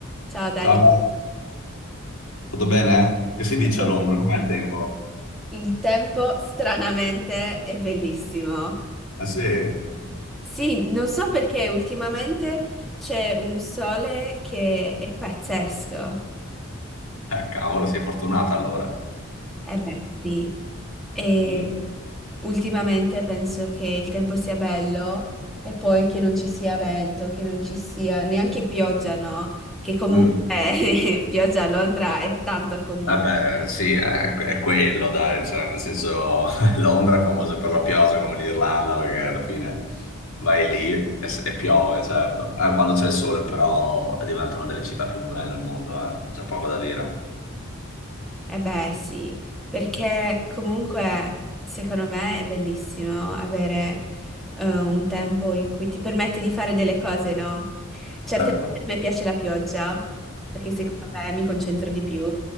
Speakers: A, in the centre; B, on the left.
A: Ciao Dani,
B: Ciao, Vale. tutto bene? eh? Che si dice
A: Come
B: all'ombra? Com'è
A: stai?
B: il tempo?
A: il tempo stranamente è bellissimo.
B: Ah sì? <laughs> Beh,
A: Sì, non so perché ultimamente c'è un sole che è pazzesco.
B: Cavolo, sei fortunata allora.
A: Eh beh, sì. E
B: Mm.
A: ultimamente penso che il tempo sia bello e poi che non ci sia vento, che non ci sia neanche pioggia, no? Che comunque
B: Mm.
A: <laughs> pioggia a Londra è tanto comune.
B: Vabbè, sì, è, è quello, dai, cioè, nel senso, <laughs> Londra è famosa per la pioggia come l'Irlanda, perché alla fine vai lì e, s- e piove, certo. Eh, quando c'è il sole, però, diventa una delle città più belle al mondo, eh. C'è poco da dire.
A: Eh beh, sì, perché comunque secondo me è bellissimo avere eh, un tempo in cui ti permette di fare delle cose, no? Certe
B: Certo.
A: volte a me piace la pioggia, perché secondo me mi concentro di più.